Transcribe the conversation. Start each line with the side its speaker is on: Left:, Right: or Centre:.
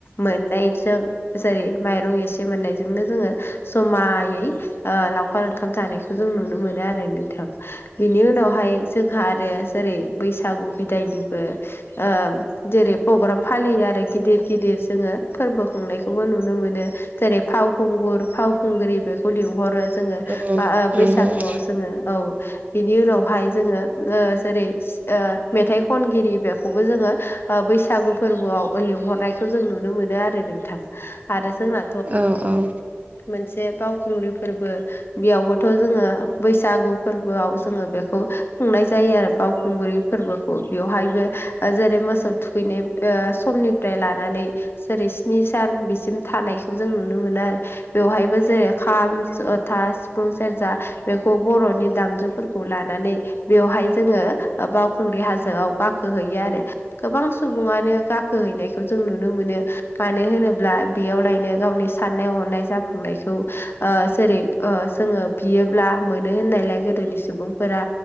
Left: मोननायजों जेरै माइरं एसे मोननायजोंनो जोङो जमायै आ लावखार ओंखाम जानायखौ जों नुनो मोनो आरो नोंथां बिनि उनावहाय जोंहा आरो जेरै बैसागु बिदायनिबो ओ जेरै प्रग्राम फालियो आरो गिदिर गिदिर जोङो फोरबो खुंनायखौबो नुनो मोनो जेरै फावखुंगुर फावखुंग्रि बेखौ लिंहरो जोङो
Right: औ
Left: बा बैसागुआव
Right: औ नंगौ
Left: जोङो औ बिनि उनावहाय जोङो जेरै ओ मेथाइ खनगिरि बेखौबो जोङो बैसागु फोरबोआव लिंहरनाय खौ जों नुनो मोनो आरो नोंथां आरो जोंना
Right: औ औ
Left: मोनसे बावखुंग्रि फोरबो बेयावबोथ' जोङो बैसागु फोरबोआव जोङो बेखौ खुंनाय जायो आरो बावखुंग्रि फोरबोखौ बेवहायबो जेरै मोसौ थुखैनाय समनिफ्राय लानानै जेरै स्नि सान बिसिम थानायखौ जों नुनो मोनो आरो बेवहायबो जेरै खाम जथा सिफुं सेरजा बेखौ बर'नि दामजुफोरखौ लानानै बेवहाय जोङो बावखुंग्रि हाजोआव गाखोहैयो आरो गोबां सुबुङानो गाखोहैनायखौ जों नुनो मोनो मानो होनोब्ला बेयावलायनो गावनि साननाय हनाय जाफुंनायखौ ओ जेरै ओ जोङो बियोब्ला मोनो होननायलाय गोदोनि सुबुंफोरा